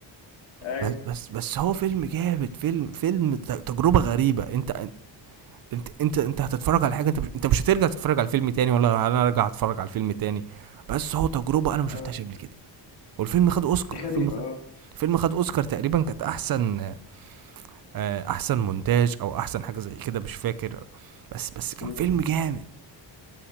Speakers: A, on the left; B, on the right.
A: ايوه
B: بس بس بس هو فيلم جامد فيلم فيلم ت- تجربة غريبة انت انت انت انت هتتفرج على حاجة انت مش انت مش هترجع تتفرج على الفيلم تاني ولا انا ارجع اتفرج على الفيلم تاني بس هو تجربة انا ما
A: اه
B: شفتهاش قبل كده والفيلم خد اوسكار
A: غريبة
B: الفيلم خد
A: اه
B: الفيلم خد اوسكار تقريبا كانت احسن آه، احسن مونتاج او احسن حاجة زي كده مش فاكر بس بس كان
A: مم.
B: فيلم جامد